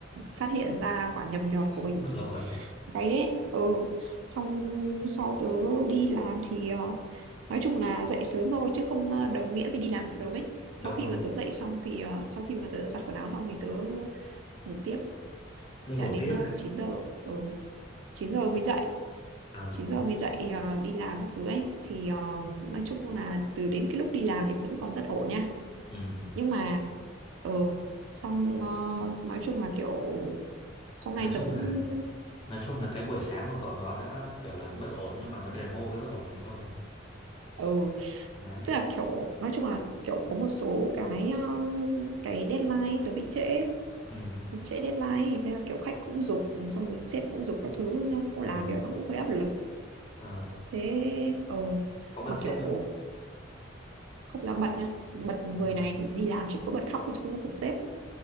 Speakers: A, on the right; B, on the left.
A: phát hiện ra quả nhầm nhọt của mình
B: bất ổn. <laughs>
A: cái đấy ừ xong sau tớ đi làm thì ờ, nói chung là dậy sớm thôi chứ không ờ, đồng nghĩa với đi làm sớm ấy
B: Đúng
A: sau khi
B: rồi,
A: mà tớ dậy xong thì ờ, sau khi mà tớ giặt quần áo xong thì tớ ngủ tiếp
B: ngủ
A: thế là đến
B: tiếp.
A: ờ, 9 giờ ừ, 9 giờ mới dậy
B: Ờ.
A: 9 giờ mới dậy ờ, đi làm các thứ ấy thì ờ, nói chung là từ đến cái lúc đi làm thì vẫn còn rất ổn nha
B: Ừ.
A: nhưng mà ờ xong ờ, nói chung là kiểu hôm
B: Nói
A: nay
B: chung
A: tớ cũng
B: là nói chung là cái buổi sáng của cậu nó đã kiểu là bất ổn nhưng mà nó demo cái bất ổn đấy thôi.
A: ờ
B: Đấy.
A: tức là kiểu nói chung là kiểu có một số cái ờ, cái deadline ấy, tớ bị trễ
B: Ừ.
A: tớ trễ deadline ấy. thế là kiểu khách cũng giục xong rồi sếp cũng giục các thứ nó cũng làm
B: Ừ.
A: việc nó cũng hơi áp lực
B: Ờ,
A: thế ờ
B: Có bật
A: mà
B: sếp
A: kiểu
B: không?
A: không dám bật nha bật
B: Không.
A: người này thì đi làm chỉ có bật khóc chứ không có bật sếp